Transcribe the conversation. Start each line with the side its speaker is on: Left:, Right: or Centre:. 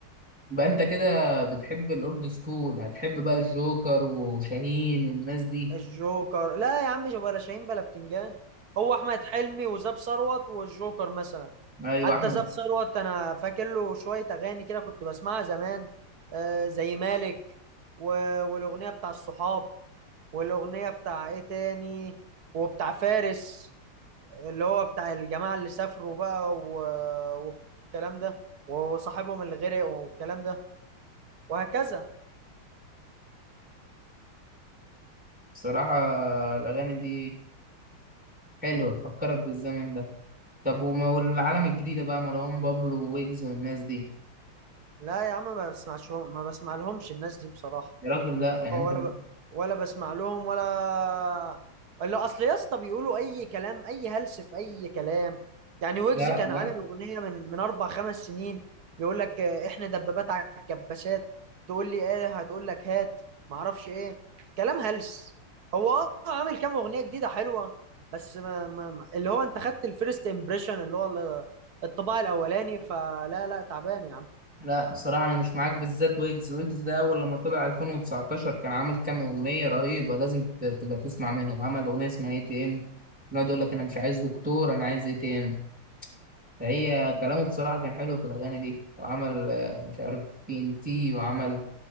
Centre: بقى انت كده بتحب الاولد سكول هتحب بقى الجوكر وشاهين والناس دي
Right: الجوكر لا يا عم جو- بلا شاهين بلا بتنجان هو احمد حلمي وزاب ثروت والجوكر مثلا
Centre: ايوه
Right: حتى
Centre: احمد
Right: زاب ثروت انا فاكر له شويه اغاني كده كنت بسمعها زمان آه، زي مالك و... والاغنيه بتاع الصحاب والاغنيه بتاع ايه تاني وبتاع فارس اللي هو بتاع الجماعه اللي سافروا بقى و... والكلام ده وصاحبهم اللي غرق والكلام ده وهكذا
Centre: صراحه الاغاني دي حلو تفكرك بالزمن ده طب وما والعالم الجديدة بقى مروان بابلو ويجز والناس دي
Right: لا يا عم ما بسمعش ما بسمع لهمش الناس دي بصراحه
Centre: يا راجل لا يعني
Right: ولا
Centre: انت
Right: ب... ولا بسمع لهم ولا ولا اصل يا اسطى بيقولوا اي كلام اي هلس في اي كلام يعني ويجز
Centre: لا
Right: كان
Centre: لا
Right: عامل اغنيه من من اربع خمس سنين يقول لك آه، احنا دبابات على الكباسات تقول لي ايه هتقول لك هات ما اعرفش ايه كلام هلس هو اه عامل كام اغنيه جديده حلوه بس ما ما ما- اللي هو انت خدت الفيرست امبريشن اللي هو ال- الطباع الاولاني فلا لا تعبان يا عم
Centre: لا الصراحة أنا مش معاك بالذات ويجز ويجز ده أول لما طلع 2019 كان عامل كام أغنية رهيبة لازم ت- تبقى تسمع منه عمل أغنية اسمها اي تي ام يقعد يقول لك أنا مش عايز دكتور أنا عايز اي تي ام فهي كلامه بصراحة كان حلو في الأغاني دي وعمل آه، مش عارف تي ان تي وعمل